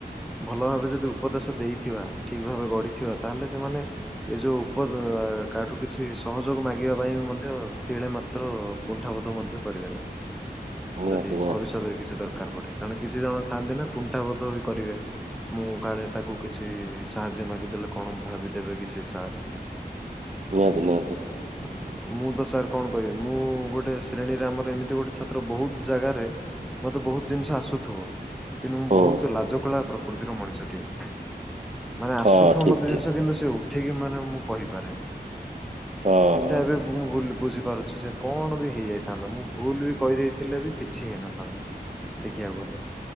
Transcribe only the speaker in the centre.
ଭଲ ଭାବେ ଯଦି ଉପଦେଶ ଦେଇଥିବା ଠିକ୍ ଭାବେ ଗଢିଥିବା ତାହେଲେ ସେମାନେ ଏ ଯଉ ଉପ- ଅ- କା ଠୁ କିଛି ସହଯୋଗ ମାଗିବା ପାଇଁ ବି ମଧ୍ୟ ତିଳେ ମାତ୍ର କୁଣ୍ଠାବୋଧ ମଧ୍ୟ କରିବେ ନାହିଁ
ଯଦି
ଭବିଷ୍ୟତରେ କିଛି ଦର୍ କାର୍ ପଡେ କାରଣ କିଛି ଜଣ ଥାଆନ୍ତି ନା କୁଣ୍ଠାବୋଧ ବି କରିବେ। ମୁଁ କାଳେ ତାକୁ କିଛି ସାହାଯ୍ୟ ମାଗିଦେଲେ କଣ ଭାବିଦେବେ କି ସି ଏ ସାର୍।
ଆ ମୁଁ ତ ସାର୍ କଣ କହିବି ମୁଁ ଗୋଟେ ଶ୍ରେଣୀରେ ଆମର ଏମିତି ଗୋଟେ ଛାତ୍ର ବୋହୁତ୍ ଜାଗାରେ ମତେ ବହୁତ୍ ଜିନିଷ ଆସୁଥୁବ କିନ୍ତୁ ମୁଁ
ବହୁତ୍ ଲାଜକୁଳା ପ୍ରକୃତିର ମଣିଷଟିଏ। ମାନେ ଆସୁଥୁବ
ମତେ
ଜିନିଷ କିନ୍ତୁ ସେ ଉଠିକି ମାନେ ମୁଁ କହିପାରେନି
ସେଇଟା
ଏବେ ମୁଁ ମୋ ଭୁଲ୍ ବୁଝିପାରୁଚି ଯେ କଣ ବି ହେଇଯାଇଥାନ୍ତା ମୁଁ ଭୁଲ୍ ବି କହିଦେଇଥିଲେ ବି କିଛି ହେଇନଥାନ୍ତା। ଦେଖିବାକୁ ଗଲେ